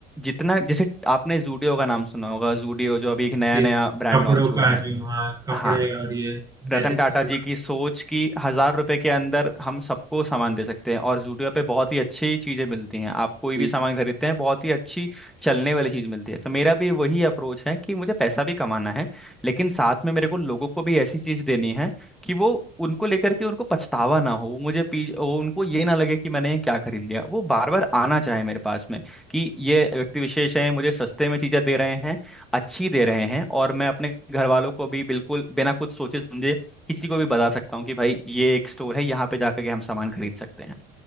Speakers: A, in the centre; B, on the right.
A: जितना जैसे आपने जूडियो का नाम सुना होगा जूडियो जो अभी एक नया
B: जी।
A: नया ब्रांड
B: कपड़ों
A: लॉन्च हुआ
B: का
A: है
B: जो हाँ कपड़े
A: हाँ
B: और ये
A: रतन
B: ऐसे कुछ
A: टाटा जी की सोच की हजार रुपए के अंदर हम सबको सामान दे सकते हैं और जूडियो पे बहुत ही अच्छी चीजें मिलती हैं आप कोई
B: जी
A: भी सामान खरीदते हैं बहुत ही अच्छी चलने वाली चीज मिलती है तो मेरा भी वही अप्रोच है कि मुझे पैसा भी कमाना है लेकिन साथ में मेरे को लोगों को भी ऐसी चीज देनी है कि वो उनको लेकर के उनको पछतावा ना हो वो मुझे पी वो उनको ये ना लगे कि मैंने ये क्या खरीद लिया वो बार बार आना चाहे मेरे पास में कि ये व्यक्ति विशेष है मुझे सस्ते में चीजें दे रहे हैं अच्छी दे रहे हैं और मैं अपने घर वालों को भी बिल्कुल बिना कुछ सोचे समझे किसी को भी बता सकता हूँ कि भाई ये एक स्टोर है यहाँ पे जाकर के हम सामान खरीद सकते हैं